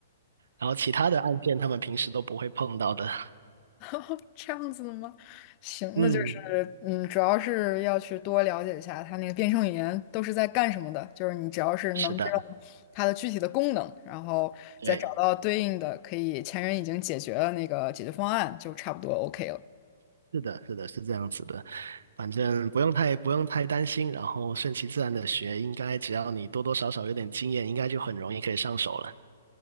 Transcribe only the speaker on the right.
然后其他的按键他们平时都不会碰到的。<laughs>
嗯，
是的。
对，
是的，是的，是这样子的，反正不用太不用太担心，然后顺其自然的学，应该只要你多多少少有点经验，应该就很容易可以上手了。